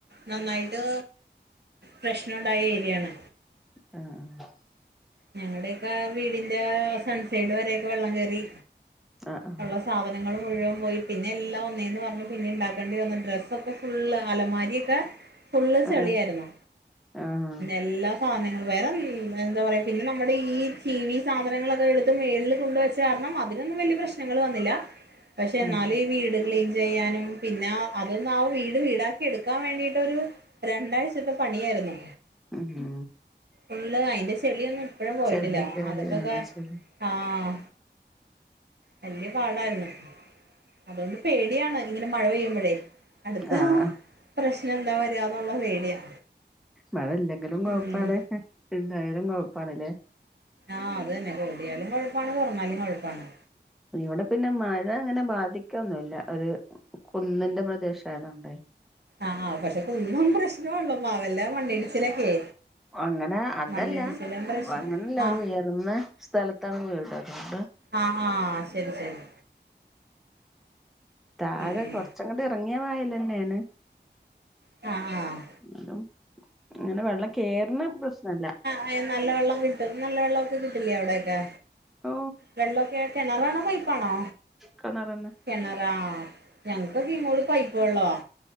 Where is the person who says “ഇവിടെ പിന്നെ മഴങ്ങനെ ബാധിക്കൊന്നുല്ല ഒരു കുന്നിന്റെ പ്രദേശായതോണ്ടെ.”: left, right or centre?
Centre